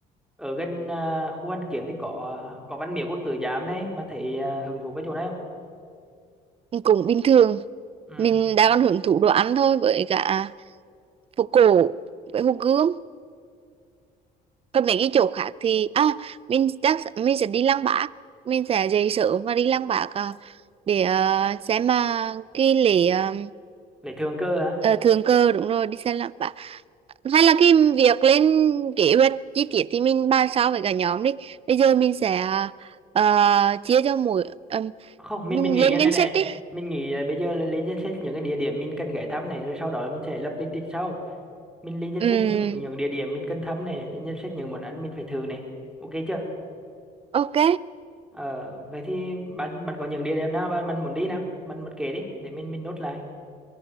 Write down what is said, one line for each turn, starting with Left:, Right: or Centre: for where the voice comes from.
Centre: ở gần à, khu Hoàn Kiếm thì có à, có Văn Miếu Quốc Tử Giám đấy bạn thấy à, hứng thú với chỗ này không
Right: cũng bình thường
Centre: ừ.
Right: mình đang còn hưởng thụ đồ ăn thôi với cả phố cổ với hồ Gươm còn mấy cái chỗ khác thì à mình chắc mình sẽ đi Lăng Bác mình sẽ dậy sớm và đi Lăng Bác à, để à, xem mà cái lễ à,
Centre: để thường cơ hả
Right: ờ, thượng cờ đúng rồi đi xem Lăng Bác hay là cái việc lên kế hoạch chi tiết thì mình bàn sau với cả nhóm đi bây giờ mình sẽ à, ờ, chia cho mỗi ừm,
Centre: không mình
Right: mình
Centre: mình nghĩ
Right: lên
Centre: như này
Right: ngân
Centre: này
Right: sách đi
Centre: mình nghĩ là bây giờ là lên danh sách những cái địa điểm mình cần ghé thăm này rồi sau đó là mình sẽ lập lên lịch sau mình lên danh
Right: Ừm,
Centre: sách những những địa điểm mình cần thăm này lên danh sách những món ăn mình phải thử này ok chưa
Right: ok
Centre: ờ vậy thì bạn bạn có những địa điểm nào bạn bạn muốn đi nào bạn bạn kể đi để mình mình nốt lại